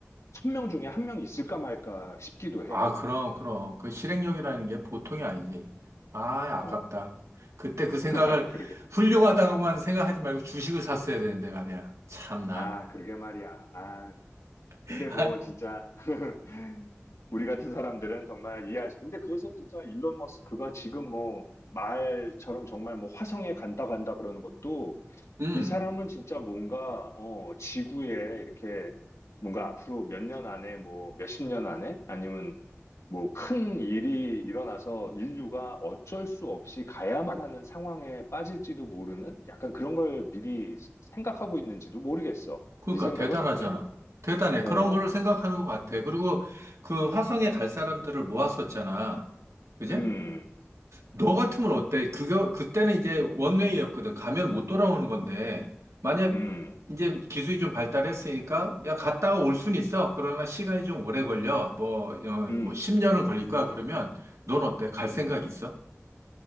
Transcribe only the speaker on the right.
아,
그럼, 그럼. 그 실행력이라는 게 보통이 아니지. 아, 아깝다.
그때 그 생각을
훌륭하다고만 생각하지 말고 주식을 샀어야 되는데 말이야. 참나.
<laughs>
음,
그러니까
대단하잖아.
대단해.
그런 거를 생각하는 것 같아. 그리고 그 화성에 갈 사람들을 모았었잖아. 그지?
너 같으면 어때? 그거, 그때는 이제 원웨이였거든. 가면 못 돌아오는 건데, 만약
이제 기술이 좀 발달했으니까, 야, 갔다가 올 순 있어. 그러나 시간이 좀 오래 걸려. 뭐, 어,
뭐 10년은 걸릴 거야. 그러면 넌 어때? 갈 생각 있어?